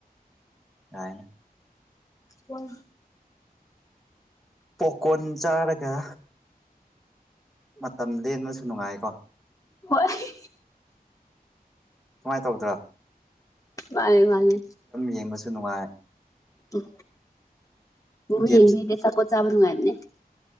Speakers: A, in the centre; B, on the left.
A: ꯌꯥꯅ
B: ꯋꯥ
A: ꯄꯣꯀꯣꯔꯟ ꯆꯥꯔꯒꯥ ꯃꯇꯝ ꯂꯦꯟꯕꯁꯨ ꯅꯨꯡꯉꯥꯏꯀꯣ
B: ꯍꯣꯏ
A: ꯁꯨꯃꯥꯏꯅ ꯇꯧꯗ꯭ꯔ‌ꯣ
B: ꯃꯥꯅꯦ ꯃꯥꯅꯦ
A: ꯌꯦꯡꯕꯁꯨ ꯅꯨꯡꯉꯥꯏ
B: ꯇꯎ ꯎꯕꯨ
A: ꯒꯦꯝ
B: ꯌꯦꯡꯕ ꯍꯛꯇꯦ ꯆꯥꯛꯄꯣꯠ ꯆꯥꯕ ꯅꯨꯡꯉꯥꯏꯕꯅꯦ